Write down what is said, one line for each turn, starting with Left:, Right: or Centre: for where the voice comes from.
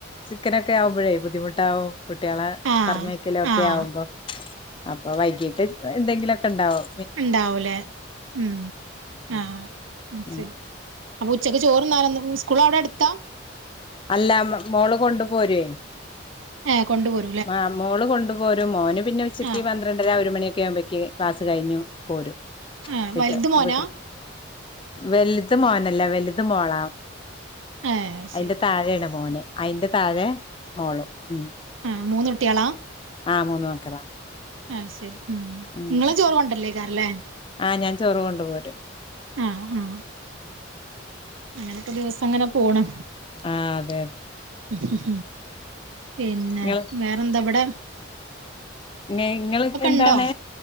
Left: ചിക്കനൊക്കെ ആകുമ്പഴേ ബുദ്ധിമുട്ടാവും കുട്ടികളെ
Right: ആഹ്
Left: പറഞ്ഞ യക്കലക്കെ
Right: ആഹ്
Left: ആവുമ്പോ അപ്പൊ വൈകീട്ട് എന്തെങ്കിലൊക്കെ ണ്ടാവും
Right: ഉണ്ടാവൂലേ ഉ ആ ഉം
Left: അങ്ങനെ
Right: ശരി അപ്പോ ഉച്ചക്ക് ചോർന്നാനൊന്നും ഉം സ്കൂൾ അഉടെ അടുത്താ?
Left: അല്ല മോള് കൊണ്ട് പോരൂഎ
Right: ഏഹ് കൊണ്ട പോര
Left: ആ മോള് കൊണ്ടു പോരും. മോന് പിന്നെ ഉച്ചക്ക്
Right: ആഹ്
Left: പന്ത്രണ് ണ്ടര ഒരു മണിയൊക്കെ ആകുമ്പേക്ക് ക്ലാസ് കഴിഞ്ഞു പോരും.
Right: ആഹ് വലുത്
Left: ഇട്ട്
Right: മോനാ
Left: വീട്ടിൽ വലുത മോനല്ല വലുത മോളാ
Right: ഏഹ്
Left: അയിന്റെ
Right: ശരി
Left: താഴെണ് മോന് അയിന്റെ താഴെ മോളും ഉ
Right: ഉം മൂന്നുട്ട്യാളാ
Left: ആഹ് മൂന്ന് മക്കളാ.
Right: ആഹ ശരി ഉ
Left: ഉം
Right: ങ്ങള ചോറ് കൊണ്ടല്ലേക്കാരല്ലേ
Left: ആ ഞാൻ ചോറു കൊണ്ട് പോരും.
Right: ആഹ് ആഅങ്ങനൊക്കെ ദിവസം അങ്ങനെ പോണ്
Left: ആ അതെ അതെ
Right: ഹ്മ് ഹ്മ് പിന്നെ
Left: നിങ്ങള്
Right: വേറെന്താവിടെ
Left: <unintelligible> ങ്ങളൊക്കെ എന്താണ്?
Right: ഉണ്ടോ